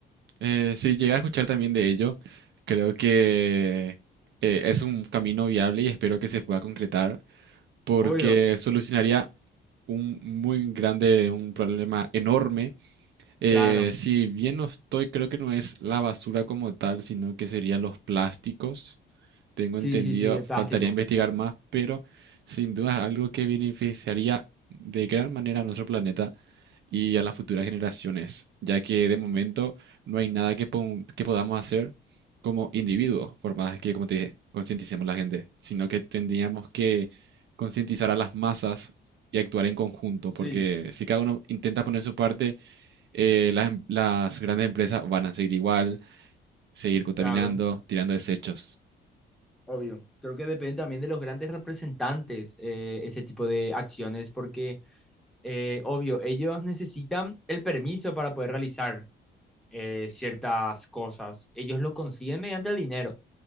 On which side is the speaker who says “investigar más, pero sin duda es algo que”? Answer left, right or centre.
Right